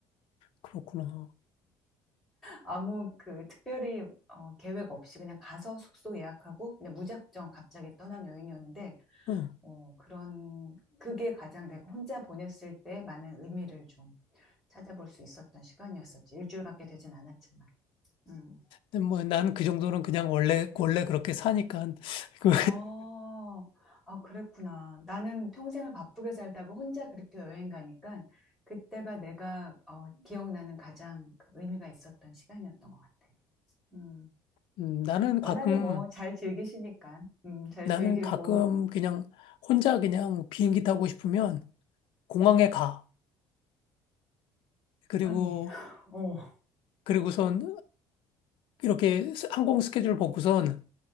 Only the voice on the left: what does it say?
그렇구나.
응.
근데 뭐 난 그 정도는 그냥 원래 원래 그렇게 사니까 <laughs> 그
음, 나는
가끔
나는
가끔 그냥 혼자 그냥 비행기 타고 싶으면 공항에 가. 그리고
그리고선 이렇게 항공 스케줄 보고선